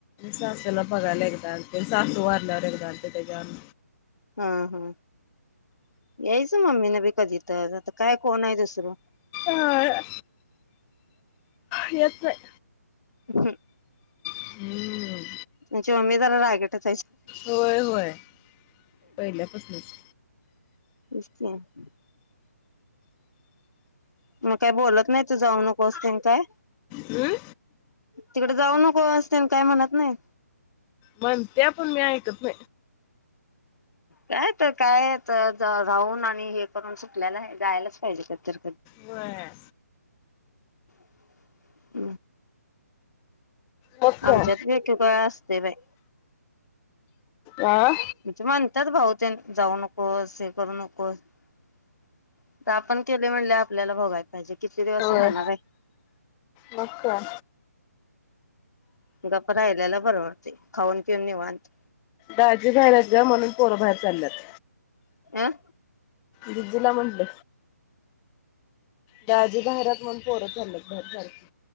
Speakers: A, on the left (about 20°); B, on the left (about 85°).
A: सासूला बघायला एकदा आणि तेन सासू वारल्यावर एकदा आलते त्याच्यावर
B: हा-हा यायचं मम्मी ना बी कधी तर आता काय कोण आहे दुसरं?
A: आ येत नाही.
B: हम्
A: हम्म
B: आमची मम्मी जरा रागीटच
A: होय होय पहिल्यापासूनच
B: होईचं की. मग काही बोलत नाही तू जाऊ नको असते काय
A: हम्म
B: तिकडे जाऊ न हो असतेल काय म्हणत नाही
A: मण त्या पण मी ऐकत ब
B: काय तर काय राऊून आणि हे करून सुटल्याला जायलाच पाहिजे कधीतर
A: व्हय
B: <inaudible>
A: मग काय
B: आमच्यात <unintelligible> असते बाय
A: आ
B: तिचे म्हणतात भाऊ जाऊ नकोस हे करू नकोस ते त आपण केलंय म्हनल्यावर आपल्याला भोगाय पाहिजे किती दिवस
A: होय
B: राहणार आहे.
A: मग काय
B: गप्प राहिलेला बरोबर खाऊन पिऊन निवांत.
A: दाजी बाहेर आहेत ग म्हणून पोर बाहेर चालल्यात.
B: आं
A: दिदीला म्हणल दाजी बाहेर आहेत म्हणून पोर चालल्यात बाहेर सारखी.